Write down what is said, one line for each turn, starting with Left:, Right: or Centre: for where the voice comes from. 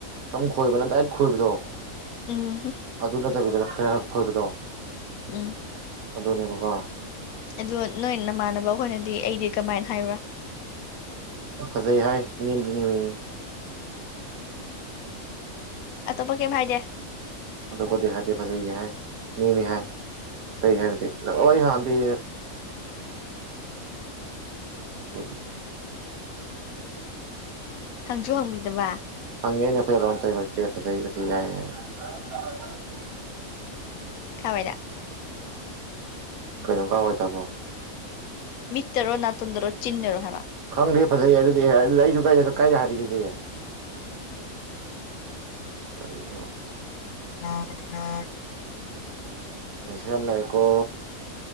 Right: ꯁꯝ ꯈꯣꯏꯕꯅꯥ ꯗꯥ ꯈꯣꯏꯕꯗꯣ
Left: ꯎꯝ
Right: ꯑꯗꯨ ꯅꯠꯇꯕꯤꯗ ꯈꯔ ꯈꯣꯏꯕꯗꯣ
Left: ꯎꯝ
Right: ꯑꯗꯨꯅꯦꯕꯀꯣ
Left: ꯑꯗ ꯅꯣꯏ ꯅꯃꯥꯟꯅꯕ ꯈꯣꯏꯅꯗꯤ ꯑꯩꯖꯦ ꯀꯃꯥꯏꯅ ꯍꯥꯏꯕ꯭ꯔꯥ
Right: ꯐꯖꯩ ꯍꯥꯏ ꯅꯦꯝꯗꯤꯅꯦꯝꯃꯤꯌꯦ
Left: ꯑꯇꯣꯞꯄ ꯀꯩꯝ ꯍꯥꯏꯗꯦ
Right: ꯑꯇꯣꯞꯄ ꯍꯥꯏꯗꯤ ꯐꯖꯩꯒ ꯍꯥꯏ ꯅꯦꯝꯃꯤ ꯍꯥꯏ ꯑ ꯍꯥꯏꯦ ꯅꯪ ꯑꯩ ꯍꯥꯟꯅꯗꯤ <unintelligible>
Left: ꯍꯪꯁꯨ ꯍꯪꯕꯤꯗꯕ
Right: <unintelligible>
Left: ꯀꯑꯋꯥꯏꯗ
Right: ꯀꯩꯅꯣꯝ ꯀꯑꯋꯥꯏ ꯗꯕꯣ
Left: ꯃꯤꯠꯇꯔꯣ ꯅꯥꯇꯣꯟꯗꯔꯣ ꯆꯤꯟꯗꯔꯣ ꯍꯥꯏꯕꯥ
Right: ꯈꯪꯗꯦ ꯐꯖꯩ ꯑꯗꯨꯗꯤ ꯑꯗꯨꯗꯤ ꯑꯩꯁꯨꯥꯏꯗ ꯀꯥꯏꯗ ꯍꯥꯏꯔꯤꯗꯨꯗꯤ ꯀꯔꯤꯅꯣ
Left: <inaudible>
Right: ꯃꯦꯁꯦꯖ ꯌꯥꯝ ꯂꯥꯛꯏꯀꯣ